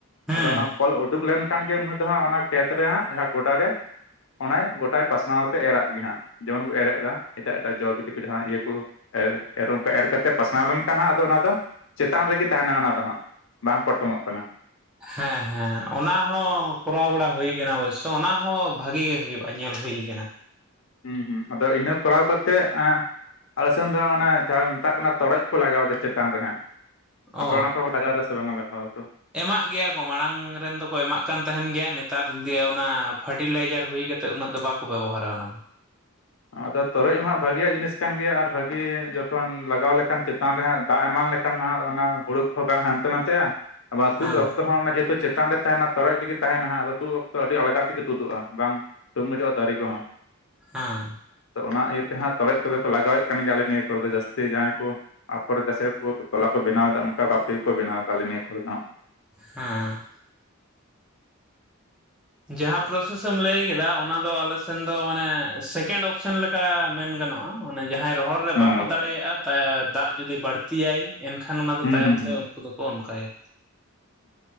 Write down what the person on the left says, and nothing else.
ᱟᱫᱚ ᱚᱱᱟ ᱠᱚᱞ ᱩᱰᱩᱠ ᱾ ᱞᱮᱱᱠᱷᱟᱱ ᱜᱮ ᱩᱱᱤ ᱫᱚ ᱦᱟᱸᱜ ᱚᱱᱟ ᱠᱷᱮᱛ ᱨᱮ ᱦᱟᱸᱜ ᱡᱟᱦᱟᱸ ᱜᱚᱰᱟ ᱨᱮ ᱚᱱᱟ ᱜᱚᱴᱟᱭ ᱯᱟᱥᱱᱟᱣ ᱛᱮ ᱮᱨ ᱟᱫ ᱜᱮ ᱦᱟᱸᱜ ᱡᱮᱢᱚᱱ ᱵᱚᱱ ᱮᱨᱮᱫ ᱮᱫᱟ ᱮᱴᱟᱜ ᱮᱴᱟᱜ ᱡᱚ ᱵᱤᱞᱤ ᱠᱚ ᱡᱟᱦᱟᱸ ᱤᱭᱟᱹ ᱠᱚ ᱾ ᱚᱱᱠᱟ ᱮᱨ ᱠᱟᱛᱮᱜ ᱯᱟᱥᱱᱟᱣ ᱞᱮᱱᱠᱷᱟᱱ ᱦᱟᱜ ᱟᱫᱚ ᱚᱱᱟ ᱫᱚ ᱪᱮᱛᱟᱱ ᱨᱮᱜᱮ ᱛᱟᱦᱮᱱᱟ ᱚᱱᱟ ᱫᱚ ᱦᱟᱸᱜ ᱾ ᱵᱟᱝ ᱯᱚᱴᱚᱢᱚᱜ ᱠᱟᱱᱟ ᱾
ᱦᱩᱸ ᱦᱩᱸ ᱟᱫᱚ ᱤᱱᱟᱹ ᱠᱚᱨᱟᱣ ᱠᱟᱛᱮ ᱛᱮ ᱟᱞᱮ ᱥᱮᱱ ᱫᱚ ᱚᱱᱟ ᱡᱟᱦᱟᱸ ᱢᱮᱛᱟᱜ ᱠᱟᱱᱟ ᱛᱚᱨᱚᱡ ᱠᱚ ᱞᱟᱜᱟᱣ ᱮᱫᱟ ᱪᱮᱛᱟᱱ ᱨᱮ ᱦᱟᱸᱜ ᱾ ᱟᱯᱮ
ᱚᱱᱟ ᱠᱚ ᱞᱟᱜᱟᱣ ᱫᱟ ᱥᱮ ᱵᱟᱝ ᱞᱟᱜᱟᱣ ᱛᱚ?
ᱟᱫᱚ ᱛᱚᱨᱚᱡ ᱦᱚᱸ ᱦᱟᱸᱜ ᱵᱷᱟᱜᱤᱭᱟᱜ ᱡᱤᱱᱤᱥ ᱠᱟᱱ ᱜᱮᱭᱟ ᱟᱨ ᱵᱷᱟᱜᱤ ᱡᱚᱠᱷᱚᱱ ᱞᱟᱜᱟᱣ ᱞᱮᱠᱷᱟᱱ ᱪᱮᱛᱟᱱ ᱨᱮ ᱦᱟᱸᱜ ᱫᱟᱜ ᱮᱢᱟᱱ ᱞᱮᱠᱷᱟᱱ᱾ ᱚᱱᱟ ᱦᱩᱲᱩ ᱠᱚᱦᱚᱸ ᱵᱟᱝ ᱦᱟᱱᱛᱮ ᱱᱟᱛᱮᱼᱟ ᱟᱵᱟᱨ ᱛᱩᱫ
ᱚᱠᱛᱚ ᱦᱚᱸ ᱡᱮᱦᱮᱛᱩ ᱪᱮᱛᱟᱱ ᱨᱮ ᱛᱟᱦᱮᱱᱟ ᱛᱚᱨᱚᱡ ᱨᱮᱜᱮ ᱛᱟᱦᱮᱱᱟ ᱦᱟᱸᱜ ᱟᱫᱚ ᱛᱩᱫ ᱚᱠᱛᱚ ᱟᱹᱰᱤ ᱟᱞᱜᱟ ᱛᱮᱜᱮ ᱛᱩᱫᱩᱜᱼᱟ ᱵᱟᱝ ᱰᱩᱝᱩᱡᱚᱜᱼᱟ ᱫᱟᱨᱮ ᱠᱚᱦᱚᱸ᱾
ᱛᱚ ᱚᱱᱟ ᱤᱭᱟᱹᱛᱮ ᱦᱟᱸᱜ ᱛᱚᱨᱚᱡ ᱠᱚᱫᱚ ᱠᱚ ᱞᱟᱜᱟᱣᱮᱫ ᱠᱟᱱ ᱜᱮᱭᱟ ᱟᱞᱮ ᱱᱤᱭᱟᱹ ᱠᱚᱨᱮ ᱫᱚ ᱡᱟᱹᱛᱤ᱾ ᱥᱮ ᱡᱟᱦᱟᱸᱭ ᱠᱚ ᱟᱯᱷᱚᱨᱮ ᱫᱮᱥᱮ ᱠᱚ ᱛᱚᱞᱟ ᱠᱚ ᱵᱮᱱᱟᱣᱮᱫᱫᱟ ᱚᱱᱠᱟ ᱵᱷᱟᱵ ᱛᱮᱜᱮᱠᱚ ᱵᱮᱱᱟᱣ ᱮᱫᱟ ᱟᱞᱮ ᱱᱤᱭᱟᱹ ᱠᱚᱨᱮ ᱫᱚ ᱦᱟᱸᱜ᱾
ᱦᱮᱸ
ᱦᱩᱸ
ᱦᱩᱸ